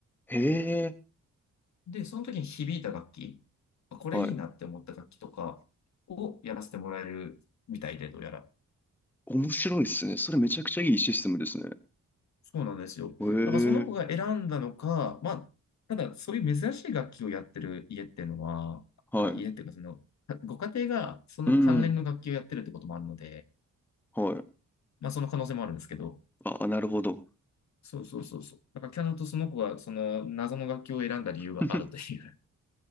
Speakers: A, in the centre; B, on the left (about 60°).
A: へえ。
B: で、その時に響いた楽器、これいいなって思った楽器とかをやらせてもらえるみたいで、
A: はい。
B: どうやら。
A: 面白いですね。それめちゃくちゃいいシステムですね。
B: そうなんですよ。
A: へ
B: だからその子が選んだのか、
A: え。
B: まあ、ただそういう珍しい楽器をやってる家っていうのは、
A: はい。
B: あ、家っていうかその、ご家庭がその関連の楽器をやってるってこともあるので、
A: うん。はい。
B: まあその可能性もあるんですけど、
A: あ、なるほど。
B: そうそうそうそう。だからキャノとその子がその謎の楽器を選んだ理由があるという。
A: <laughs>